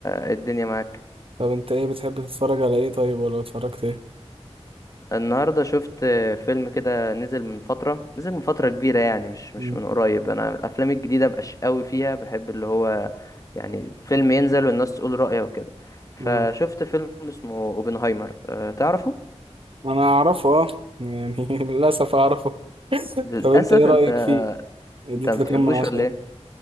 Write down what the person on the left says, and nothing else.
إيه الدنيا معاك
النهارده شفت فيلم كده نزل من فتره نزل من فتره كبيره يعني مش
مش من قريب انا الافلام الجديده مبقاش قوي فيها بحب اللي هو يعني فيلم ينزل والناس تقول رايها وكده فشفت
فيلم اسمه اوبنهايمر أه، تعرفه
للاسف
انت
انت ما بتحبوش
ولا ايه